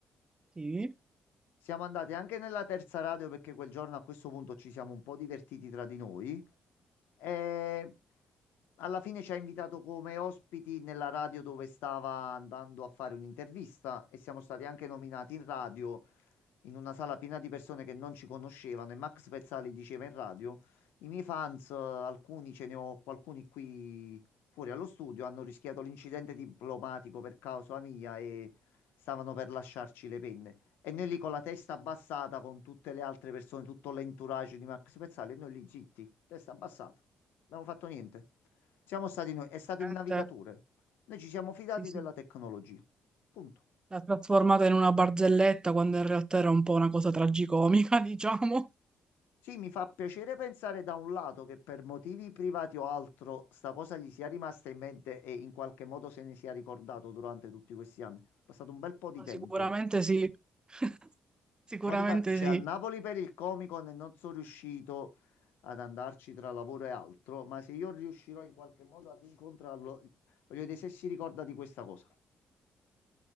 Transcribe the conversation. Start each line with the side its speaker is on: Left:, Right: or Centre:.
Right: Sì,
Left: Siamo andati anche nella terza radio perché quel giorno a questo punto ci siamo un po' divertiti tra di noi e alla fine ci ha invitato come ospiti nella radio dove stava andando a fare un'intervista e siamo stati anche nominati in radio in una sala piena di persone che non ci conoscevano e Max Pezzali diceva in radio, i miei fans, eh, alcuni ce ne ho, alcuni qui fuori allo studio, hanno rischiato l'incidente diplomatico per causa mia e stavano per lasciarci le penne. E noi lì con la testa abbassata, con tutte le altre persone, tutto l'entourage di Max Pezzali, e noi lì zitti, testa abbassata. Non abbiamo fatto niente. Siamo stati noi, è stato
Right: niente.
Left: il navigatore. Noi ci siamo fidati
Right: Sì, sì.
Left: della tecnologia. Punto.
Right: L'ha trasformata in una barzelletta quando in realtà era un po' una cosa tragicomica, <laughs> diciamo.
Left: Sì, mi fa piacere pensare da un lato che per motivi privati o altro sta cosa gli sia rimasta in mente e in qualche modo se ne sia ricordato durante tutti questi anni. È passato un bel po' di
Right: Ma
Left: tempo.
Right: sicuramente sì, <laughs> sicuramente
Left: Ma di fatti c'è
Right: sì.
Left: al Napoli per il Comic-Con e non sono riuscito ad andarci tra lavoro e altro, ma se io riuscirò in qualche modo a rincontrarlo, voglio vedere se si ricorda di questa cosa.